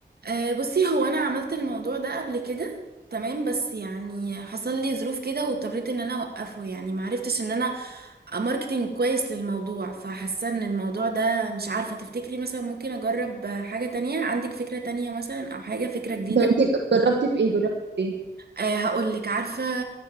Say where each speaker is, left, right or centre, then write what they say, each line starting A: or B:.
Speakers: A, on the right; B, on the right.
A: أه بصي هو أنا عملت الموضوع ده قبل كده تمام بس يعني حصل لي ظروف كده واضطريت إن أنا أوقفه يعني معرفتش إن أنا ماركتينج كويس للموضوع فحاسة إن الموضوع ده مش عارفة تفتكري مثلا ممكن أجرب حاجة تانية عندك فكرة تانية مثلا أو حاجة فكرة جديدة
B: طب انتي جربتي في ايه جربتي في ايه
A: أه هقولك عارفة